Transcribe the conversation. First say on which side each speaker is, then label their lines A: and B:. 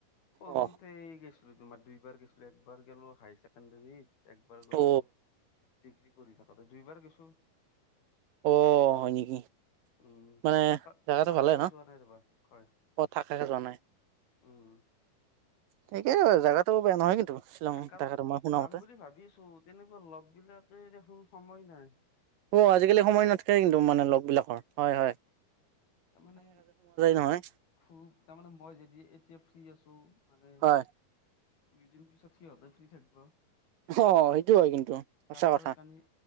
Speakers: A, on the left; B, on the right.
A: সৰুতে
B: অ
A: গৈছিল দুই তোমাৰ দুইবাৰ গৈছিলোঁ, একবাৰ গলো হাই ছেকেণ্ডৰীত, একবাৰ গ'লো
B: অ
A: ডিগ্ৰী পঢ়ি থাকোঁতে দুইবাৰ গৈছোঁ।
B: অ! হয় নেকি?
A: উম
B: মানে
A: থাকা
B: জাগাত
A: থাকাকে
B: টো ভালে ন,
A: যোৱা নাই ৰবা হয়
B: অ থাকে যোৱা নাই।
A: উম!
B: ঠিকে হয় জাগাটো বেয়া নহয় কিন্তু। শ্বিলং
A: থাকাত
B: তাকেতো মই শুনা
A: যাম
B: মতে
A: বুলি ভাবিছোঁ তেনেকুৱা লগবিলাকে দেখোন সময় নাই।
B: অ! আজিকালি সময় নাথাকে কিন্তু মানে লগবিলাকৰ হয়-হয়।
A: তাৰ মানে
B: নহয়
A: খুব তাৰমানে মই যদি এতিয়া ফ্ৰী আছো। মানে
B: হয়
A: দুইদিন পিছত সিহঁতে ফ্ৰী থাকিব।
B: অ সেইটো হয় কিন্তু সঁচা
A: কাবাৰৰ
B: কথা
A: কানি